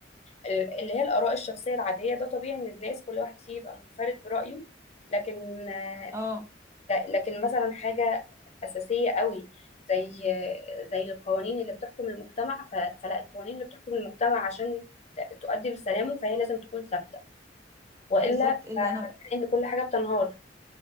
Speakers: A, on the left; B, on the right.
A: ال- اللي هي الآراء الشخصية العادية ده طبيعي إن الناس كل واحد فيه يبقى منفرد برأيه لكن آه،
B: اه
A: ل- لكن مثلا حاجة أساسية قوي زي آه، زي القوانين اللي بتحكم المجتمع ف... فلا القوانين اللي بتحكم المجتمع عشان ت- تؤدي لسلامه فهي لازم تكون ثابتة وإلا
B: بالظبط اللي
A: آه، هتلاقي
B: أنا
A: إن كل حاجة بتنهار